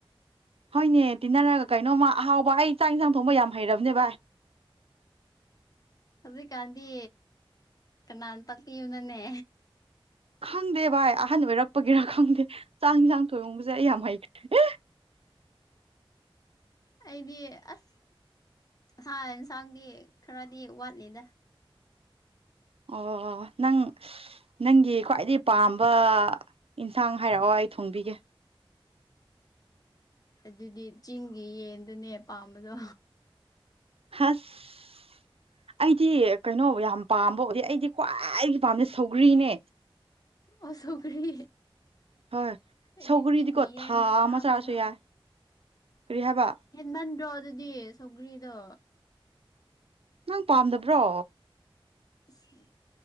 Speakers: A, on the right; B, on the left.
A: ꯍꯣꯏꯅꯦ ꯇꯤꯟꯅꯔꯒ ꯀꯩꯅꯣꯝꯃ ꯑꯍꯥꯎꯕ ꯑꯩ ꯆꯥꯛ ꯏꯟꯖꯥꯡ ꯊꯣꯡꯕ ꯌꯥꯝ ꯍꯩꯔꯕꯅꯦ ꯚꯥꯏ
B: ꯍꯥ ꯍꯧꯖꯤꯛꯀꯥꯟꯗꯤ ꯀꯅꯥ ꯇꯥꯛꯄꯤꯕꯅꯣꯅꯦ
A: ꯈꯪꯗꯦ ꯚꯥꯏ ꯑꯍꯟ ꯑꯣꯏꯔꯛꯄꯒꯤꯔ ꯈꯪꯗꯦ ꯆꯥꯛ ꯏꯟꯁꯥꯡ ꯊꯣꯡꯣꯡꯕꯁꯦ ꯑꯩ ꯌꯥꯝ ꯍꯩꯈ꯭ꯔꯦ <unintelligible>
B: ꯑꯩꯗꯤ ꯑꯁ <unintelligible> ꯌꯦꯟꯁꯥꯡꯗꯤ ꯈꯔꯗꯤ ꯋꯥꯠꯂꯤꯗ
A: ꯑꯣꯑꯣ ꯅꯪ ꯅꯪꯒꯤ ꯈ꯭ꯋꯥꯏꯗꯒꯤ ꯄꯥꯝꯕ ꯏꯟꯁꯥꯡ ꯍꯥꯏꯔꯛꯑꯣ ꯑꯩ ꯊꯣꯡꯕꯤꯒꯦ
B: ꯑꯗꯨꯗꯤ ꯆꯤꯡꯒꯤ ꯌꯦꯟꯗꯨꯅꯦ ꯄꯥꯝꯕꯗꯣ
A: ꯍꯁ ꯑꯩꯗꯤ ꯀꯩꯅꯣ ꯌꯥꯝ ꯄꯥꯝꯕ ꯑꯣꯏ ꯑꯩꯗꯤ ꯈ꯭ꯋꯥꯏꯗꯒꯤ ꯄꯥꯝꯕ ꯁꯧꯒ꯭ꯔꯤꯅꯦ꯫
B: ꯑꯣ ꯁꯧꯒ꯭ꯔꯤ
A: ꯍꯣꯏ
B: ꯑꯩꯗꯤ
A: ꯁꯧꯒ꯭ꯔꯤꯗꯤꯀꯣ
B: ꯆꯤꯡꯒꯤ ꯌꯦꯟꯗꯤ
A: ꯊꯥ
B: ꯆꯥꯕ
A: ꯑꯃ ꯆꯥꯔꯁꯨ
B: ꯌꯥꯝ
A: ꯌꯥꯏ ꯀꯔꯤ ꯍꯥꯏꯕ
B: ꯍꯦꯟꯃꯟꯗ꯭ꯔꯣ ꯑꯗꯨꯗꯤ ꯁꯧꯒ꯭ꯔꯤꯗꯣ
A: ꯅꯪ ꯄꯥꯝꯗꯕ꯭ꯔꯣ?
B: ꯑꯁ